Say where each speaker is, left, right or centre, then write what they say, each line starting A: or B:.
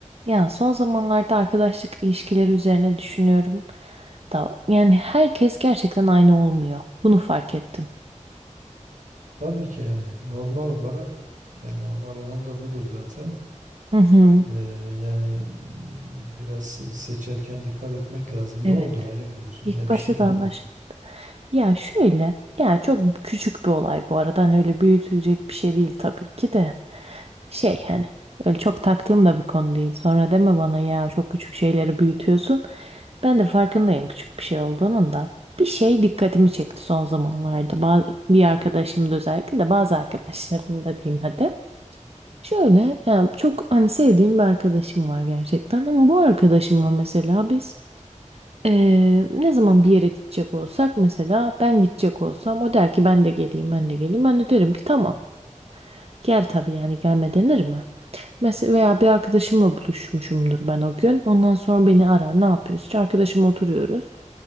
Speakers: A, on the right; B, on the right.
A: Ya son zamanlarda arkadaşlık ilişkileri üzerine düşünüyorum da yani herkes gerçekten aynı olmuyor. Bunu fark ettim.
B: Tabii ki yani normal olarak yani normal olan da budur zaten.
A: Hı hı.
B: Ee, yani mm, biraz seçerken dikkat etmek lazım.
A: Evet.
B: Ne oldu? Hayırdır? Yine
A: İlk
B: bir
A: başta
B: şey mi
A: da
B: oldu?
A: anlaşıldı. Ya şöyle, ya çok küçük bir olay bu arada. Hani öyle büyütülecek bir şey değil tabii ki de. Şey hani öyle çok taktığım da bir konu değil. Sonra deme bana ya çok küçük şeyleri büyütüyorsun. Ben de farkındayım küçük bir şey olduğunun da. Bir şey dikkatimi çekti son zamanlarda. Bazı, bir arkadaşım da özellikle de bazı arkadaşlarım da diyeyim hadi. Şöyle yani çok hani sevdiğim bir arkadaşım var gerçekten ama bu arkadaşımla mesela biz eee, ne zaman bir yere gidecek olsak mesela ben gidecek olsam o der ki ben de geleyim ben de geleyim ben de derim ki tamam gel tabii yani gelme denir mi? Mesela veya bir arkadaşımla buluşmuşumdur ben o gün. Ondan sonra beni arar. Ne yapıyoruz? İşte arkadaşımla oturuyoruz.